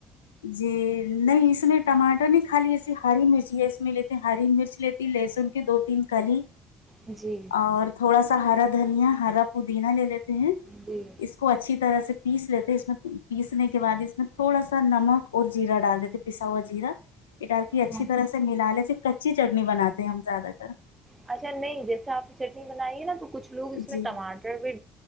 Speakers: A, on the left; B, on the right.
A: جی نہیں اس میں ٹماٹر نہیں خالی ایسی ہری مرچ ہے اس میں لیتے ہری مرچ لیتی لہسن کے دو تین کلی
B: جی
A: اور تھوڑا سا حرت دھیا ہرا پودینا لے لیتے ہیں
B: جی
A: اس کو اچھی طرح سے پیس لیتے ہیں اس میں پیسنے کے بد اس میں تھوڑا سا نمک اور جیرا ڈال دیتے پسا ہوا جیرا یہ ڈال کے اچھی
B: ہاں
A: طرح سے ملا لیے سے کچی چٹنی بنات ہیں ہم زیادہ تر
B: اچھا نہیں جیسا آپ چٹنی بنائیے نا تو کچھ لوگ اس
A: جی
B: میں ٹماٹر بھی